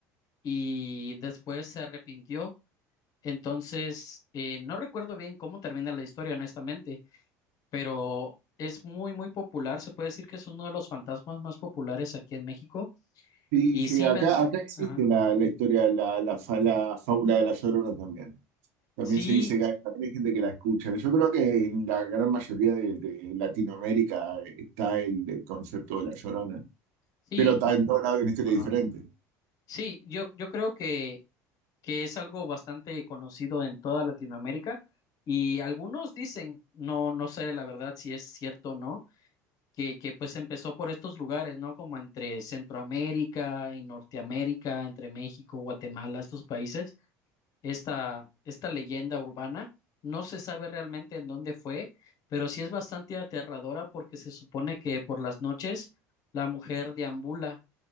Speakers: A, on the left; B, on the right.
A: y después se arrepintió. Entonces, eh, no recuerdo bien cómo termina la historia, honestamente, pero es muy, muy popular. Se puede decir que es uno de los fantasmas más populares aquí en México.
B: Sí,
A: Y
B: sí,
A: sí
B: acá,
A: me...
B: acá existe
A: Ajá.
B: la, la historia, la, la, fa- la fábula de la Llorona también. También
A: Sí,
B: se dice que hay, también hay gente que la escucha. Yo creo que en la gran mayoría de, de Latinoamérica está el el concepto de la Llorona.
A: sí,
B: pero está en todos lados hay una historia
A: ajá.
B: diferente.
A: Sí, yo, yo creo que que es algo bastante conocido en toda Latinoamérica y algunos dicen, no, no sé la verdad si es cierto o no, que, que pues empezó por estos lugares, ¿no? Como entre Centroamérica y Norteamérica, entre México, Guatemala, estos países, esta, esta leyenda urbana. No se sabe realmente en dónde fue, pero sí es bastante aterradora porque se supone que por las noches la mujer deambula